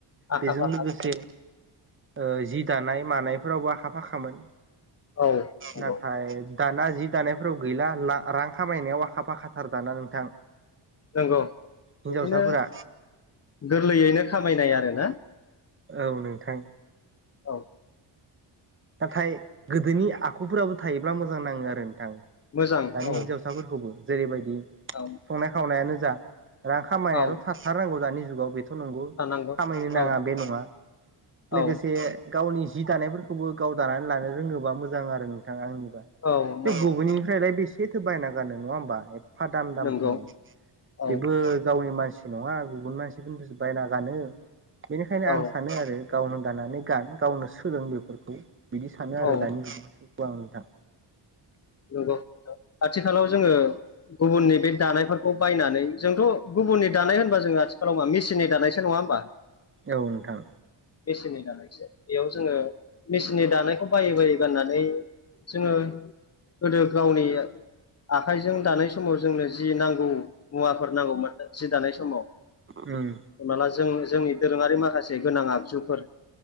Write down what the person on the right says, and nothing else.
बेजों
लोगोसे ओ जि दानाय मानायफोरावबो आखा फाखामोन
नाथाय दाना जि दानायफोराव गैला रां खामायनायाव आखा फाखाथार दाना नोंथां
हिनजावसाफोरा
औ नोंथां
नाथाय गोदोनि आखुफोराबो थायोबा मोजां नाङो आरो थां
दानि
हिनजावसाफोरखौबो जेरैबायदि
संनाय खावनायानो जा रां खामायनायाथ'
थाथारनांगौ दानि जुगाव थ' नंगौ
खामायनो नाङा
बे नङा लोगोसे
गावनि जि दानायफोर खौबो गाव दानानै लानो रोङोबा मोजां आरो नोंथां आंनिबा
बे
बेनिफ्राय बेसे सेथो बायना गानो नङा होमबा एफा दाम दाम
होनानै
बेबो गावनि मानसि मानसि नङा गुबुन मानसिफोरनिसो बायना गानो बेनिखायनो आं
सानो आरो गावनो दानानै गान गावनो सोलों बेफोरखौ बिदि सानो आरो
दानि जुग आव नोंथां
औ नोंथां
उम